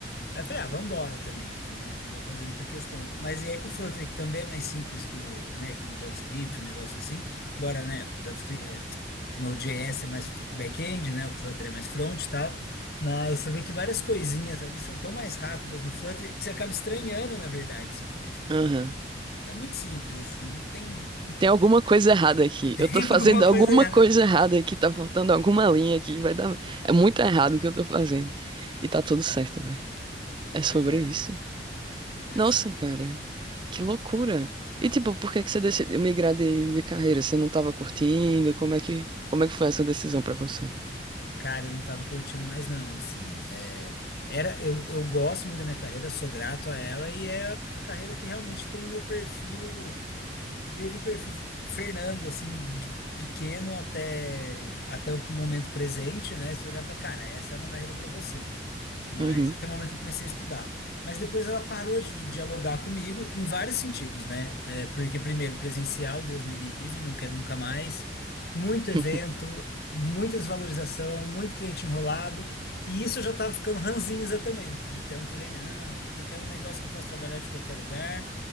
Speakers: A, on the left (about 55°); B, on the right (about 25°).
A: Aí eu falei, ah, vambora também, não vou fazer muita questão. Mas e aí com o Flutter, que também é mais simples que o, né, que o JavaScript, um negócio assim, embora, né, JavaScript, é, Node.js é mais back-end, né, o Flutter é mais front e tal, mas você vê que várias coisinhas ali são tão mais rápidas no Flutter que você acaba estranhando, na verdade. Você fica tipo,
B: Aham.
A: mano, tá muito simples assim, não tem,
B: Tem alguma coisa errada aqui.
A: <laughs> tem
B: Eu tô fazendo
A: alguma
B: alguma
A: coisa errada.
B: coisa errada aqui. Tá faltando alguma linha aqui. Vai dar. É muito errado o que eu tô fazendo. E tá tudo certo, velho. É sobre
A: Pois é,
B: isso.
A: é
B: Nossa,
A: sobre.
B: cara. Que loucura. E tipo, por que que você decidiu migrar de, de carreira? Você não tava curtindo? Como é que, como é que foi essa decisão pra você?
A: Cara, eu não tava curtindo mais não, assim, é, era, eu, eu gosto muito da minha carreira, sou grato a ela, e é a, a carreira que realmente tem o meu perfil, teve perfil Fernando, assim, de pequeno até, até o momento presente, né, você olhar e fala, cara, essa é uma carreira pra você mas
B: Uhum.
A: até o momento que eu comecei a estudar. Mas depois ela parou de dialogar comigo em vários sentidos, né? É, porque, primeiro, presencial, Deus me livre, não quero nunca mais. Muito
B: <laughs>
A: evento, muita desvalorização, muito cliente enrolado. E isso eu já estava ficando ranzinza também. Então, eu falei, não, puta, eu quero um negócio que eu posso trabalhar de qualquer lugar